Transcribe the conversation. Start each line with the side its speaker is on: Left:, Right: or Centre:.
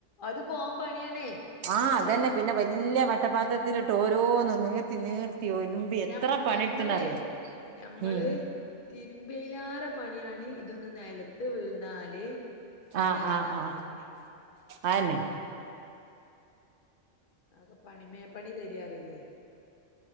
Left: അത് പോവാൻ പണിയണേ
Right: ആഹ്
Left: അത
Right: അതന്നെ
Left: ഞാ പറഞ്ഞ
Right: പിന്നെ വല്യ വട്ടപ്പാത്രത്തിലിട്ട് ഓരോന്നും നീർത്തി നീർത്തി ത്തി ഒലുമ്പി എത്ര
Left: ഞമ്മ
Right: പണിടുത്തനറിയോ
Left: ഞമ്മളേ ഞമ്മള്
Right: ഉം
Left: തിരുമ്പയിലാറെ പണിയാണ് ഇതൊന്ന് നിലത്ത് വീണാല് പിന്നെ
Right: ആഹ്
Left: അത്
Right: ആഹ്
Left: നന്നാക്കണെങ്കില്
Right: ആഹ് അഹന്നെ
Left: അതൊക്കെ പണിമേ പണി തരാറീല്ലേ